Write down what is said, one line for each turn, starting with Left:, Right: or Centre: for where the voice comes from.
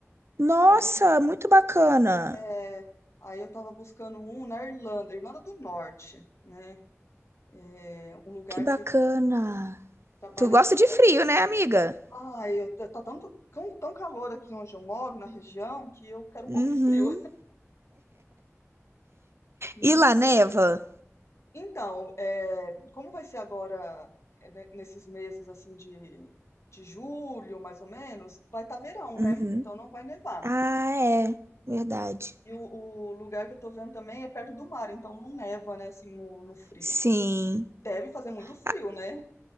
Right: Nossa,
Left: Aí,
Right: muito bacana.
Left: é, aí eu tava buscando um na Irlanda, Irlanda do Norte, né? É um lugar
Right: Que bacana.
Left: que trabalha
Right: Tu gosta
Left: cinco
Right: de frio,
Left: horas.
Right: né, amiga?
Left: Ai, eu, tá tanto, tão, tão calor aqui onde eu moro, na região, que eu quero
Right: Uhum.
Left: um pouco de frio. <laughs>
Right: E lá neva?
Left: Então, eh, como vai ser agora, eh, ne- nesses meses assim de, de julho, mais ou menos, vai estar verão,
Right: Uhum.
Left: né? Então não vai nevar.
Right: Ah, é, verdade.
Left: E o, o lugar que eu tô vendo também é perto do mar, então não neva, né, assim, no, no frio.
Right: Sim.
Left: Deve fazer muito frio,
Right: Ah,
Left: né?